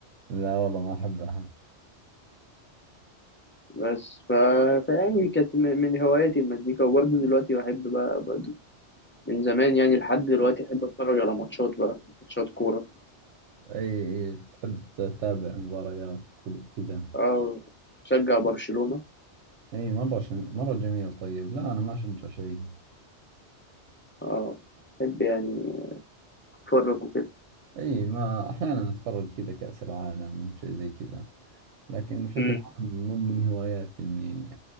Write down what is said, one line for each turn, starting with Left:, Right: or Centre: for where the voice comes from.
Right: لا والله ما أحبها
Left: بس ف... فيعني كانت من من هواياتي المزيكا وبرضه دلوقتي بحب بقى برضه من زمان يعني لحد دلوقتي أحب أتفرج على ماتشات بقى ماتشات كورة
Right: اي اي تحب تتابع مباريات وكل- كذا
Left: أه شجع برشلونة
Right: اي مرة شم... مرة جميل طيب لا انا ما اشجع شيء
Left: أه أحب يعني أتفرج وكده
Right: اي ما احيانا اتفرج كذا كأس العالم شيء زي كذا لكن بشكل
Left: امم
Right: عام مو من هواياتي اني